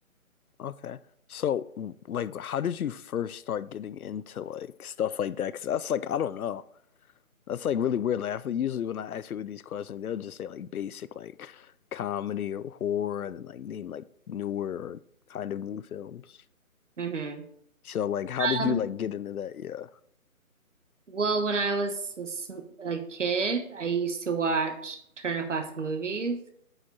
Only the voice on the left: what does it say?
okay. So w- like, how did you first start getting into like stuff like that? Because that's like I don't know. That's like really weird. Like I feel usually when I ask people these questions, they'll just say like basic like comedy or horror, and then like name like newer or kind of new films.
So like, how did
you like get into that? Yeah.